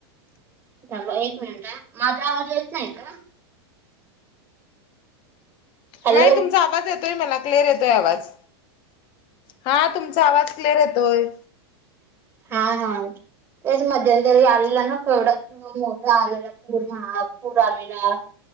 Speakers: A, on the right (about 15°); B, on the left (about 40°).
A: थांबा एक मिनिट हां. माझा आवाज येत नाही का? हॅलो.
B: नाही तुमचा आवाज येतोय मला क्लिअर येतोय आवाज. हा तुम चा आवाज क्लिअर येतोय
A: हा हा तेच मध्यंतरी आलेलं ना <unintelligible> मोठा आलेला पूर महापूर आलेला